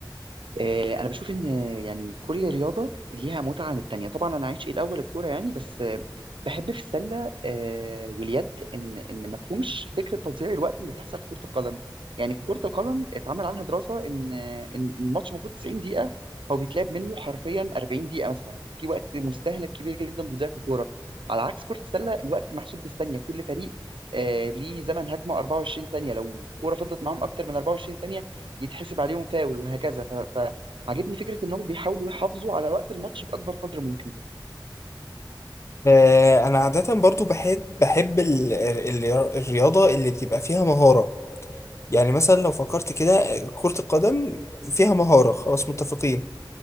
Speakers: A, on the right (about 90°); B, on the left (about 35°).
A: آه، انا بشوف ان يعني كل رياضه ليها متعه عن التانية طبعا انا عايش إيه الاول الكوره يعني بس آه، بحب في السله آه، واليد ان ان ما فيهمش فكره تضييع الوقت اللي بتحصل في كره القدم يعني كره القدم اتعمل عنها دراسه ان آه، ان الماتش المفروض 90 دقيقه هو بيتلعب منه حرفيا 40 دقيقه مثلا في وقت مستهلك كبير جدا بيضيع في الكوره على عكس كره السله الوقت محسوب بالثانيه كل فريق آه، ليه زمن هجمه 24 ثانيه لو كوره فضلت معاهم اكتر من 24 ثانيه يتحسب عليهم فاول وهكذا عاجبني فكره ان هم بيحاولوا يحافظوا على وقت الماتش باكبر قدر ممكن
B: آه، انا عادة برضو بحب بحب ال- ال- ال- الرياضة اللي بتبقى فيها مهارة يعني مثلا لو فكرت كده آه، كرة القدم فيها مهارة خلاص متفقين